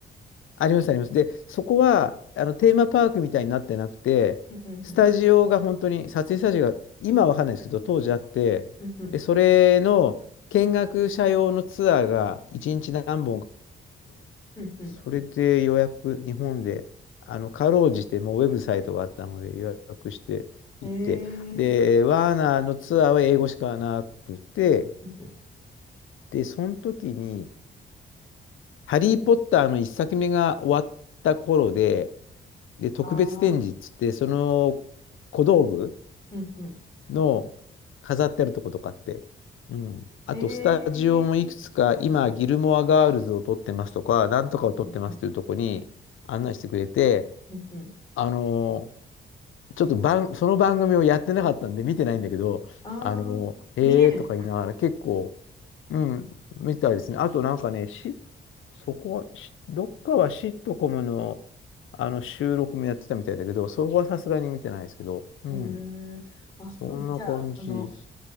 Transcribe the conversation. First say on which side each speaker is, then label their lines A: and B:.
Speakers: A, on the left (about 80°); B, on the left (about 20°).
A: ありますあります。で、そこは、あの、テーマパークみたいになってなくて、
B: うんうんうん。
A: スタジオが本当に、撮影スタジオが、今はわかんないですけど、当時あって、
B: うんうん。
A: で、それの見学者用のツアーが1日何本
B: うんうんうん。
A: それで予約、日本で、あの、かろうじてもうウェブサイトがあったので予約して行って、
B: え
A: で、
B: ー。
A: ワーナーのツアーは英語しかなくて、
B: うんうん。
A: で、その時に、ハリー・ポッターの一作目が終わった頃で、で、特別展示っつって、
B: ああ。
A: その小道具
B: うんうん。
A: の飾ってあるとことかって、うん。あと、
B: へ
A: スタジオもいくつか、
B: え。
A: 今、ギルモアガールズを撮ってますとか、なんとかを撮ってますというとこに案内してくれて、
B: うんうん。うんうん。
A: あのーちょっと番、その番組をやってなかったんで見てないんだけど、
B: ああ。
A: あのーへえとか言いながら結構、
B: 見れる。
A: うん、見たいですね。あとなんかね、し、そこ、しどっかはシットコムの、あの収録もやってたみたいだけど、そこはさすがに見てないですけど、うん、
B: へえ。あ、
A: そんな感じです。
B: そうなん。じゃあ、その、